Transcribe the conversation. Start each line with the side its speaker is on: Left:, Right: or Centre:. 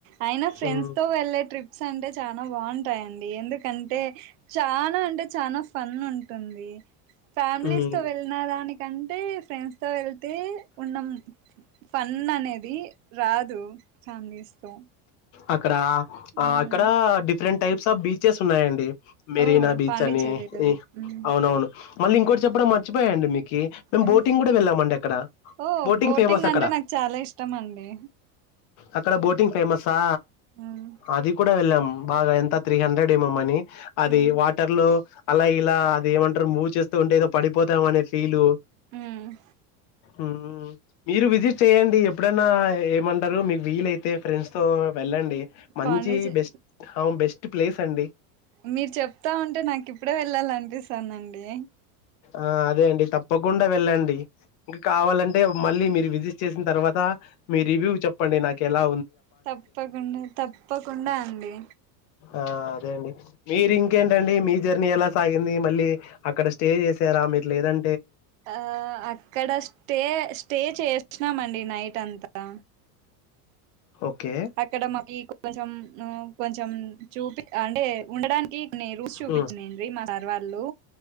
Right: అయిన ఫ్రెండ్స్
Left: ఉమ్
Right: తో వెళ్లేే ట్రిప్స్ అంటే చానా బాగుంటాయండి. ఎందుకంటే చానా అంటే చానా ఫన్ ఉంటుంది. ఫ్యామిలీస్
Left: ఉమ్
Right: తో వెళ్ళిన దానికంటే ఫ్రెండ్స్ తో వెళ్తే ఉన్నాం. ఫన్ అనేది రాదు ఫ్యామిలీస్ తో.
Left: అక్కడ ఆ
Right: మ్మ్
Left: అక్కడ డిఫరెంట్ టైప్స్ ఆఫ్ బీచెస్ ఉన్నాయండి. మెరీనా
Right: ఓ
Left: బీచ్
Right: పాండిచ్చేరిలో
Left: అని
Right: మ్మ్
Left: అవునవును. మళ్ళీ ఇంకోటి చెప్పడం మర్చిపోయండి. మేం
Right: మ్మ్
Left: బోటింగ్ కూడా వెళ్ళామండి అక్కడ.
Right: ఓ బోటింగ్
Left: ఫేమస్
Right: అంటే
Left: అక్కడ
Right: నాకు చాలా ఇష్టం అండి.
Left: అక్కడ బోటింగ్ ఫేమసా
Right: మ్మ్
Left: అది కూడా వెళ్ళాం బాగా ఎంత త్రీ హండ్రెడ్ ఏమో మనీ. అది
Right: మ్మ్
Left: వాటర్ లో అలా ఇలా అది ఏమంటారు మూవ్ చేస్తూ ఉంటే ఏదో పడిపోతాం అనే ఫీలు.
Right: మ్.
Left: మ్ మీరు విజిట్ చెయ్యండి. ఎప్పుడన్న ఏమంటారు మీకు వీలయితే ఫ్రెండ్స్. సో వెళ్ళండి మంచి
Right: పాండిచే
Left: బెస్ట్ హావ్ బెస్ట్ ప్లేస్ అండి.
Right: మీరు చెప్తా ఉంటే నాకు ఇప్పుడే వెళ్ళాలనిపిస్తందండి.
Left: ఆ అదే అండి తప్పకుండా వెళ్ళండి. ఇంకా కావాలంటే మళ్ళీ మీ. విజిట్ చేసిన తర్వాత మీ రివ్యూ చెప్పండి నాకు ఎలా.
Right: తప్పకుండా తప్పకుండా అండి.
Left: ఆ అదే అండి మీరు ఇంకేంటండి మీ జర్నీ ఎలా సాగింది మళ్ళీ అక్కడ స్టే. మీరు లేదం.
Right: ఆ అక్కడ స్టే స్టే చేసినామండి నైట్ అంతా.
Left: ఓకే
Right: అక్కడ మాకి కొంచెం కొంచెం చూపి అంటే ఉండడానికి. నేను <unintelligible>
Left: హ్మ్.
Right: మా సర్ వాళ్ళు